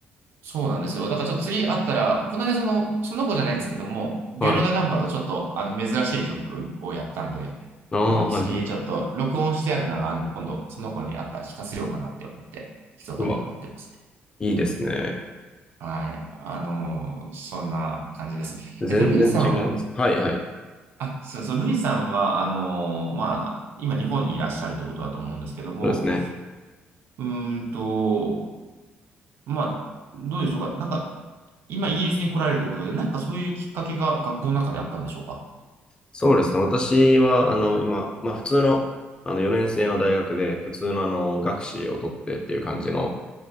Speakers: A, on the right; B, on the left.
A: そうなんですよ。だからちょっと次会ったら、この間その、その子じゃないんですけども、ビオラダガンバとちょっと、
B: はい。
A: あの、珍しい曲をやったんで、
B: ああ、
A: あの、
B: はいはい。
A: 次ちょっと録音してあるのは、あの、今度、その子に会ったら聞かせようかなって思って、密かに思ってますね。
B: うわ、いいですね。
A: はい。あの、そんな感じです。
B: 全然違います。
A: えっと、ルイさん
B: はいはい。
A: あ、そう、そう、ルイさんは、あのーまあ、今日本にいらっしゃるってことだと思うんですけども、
B: そうですね。
A: うーんと、まあ、どうでしょうか。なんか、今イギリスに来られるということで、なんかそういうきっかけが学校の中であったんでしょうか。
B: そうですね。私は、あの、今、まあ普通の、あの4年生の大学で、普通のあの、学士を取ってっていう感じの、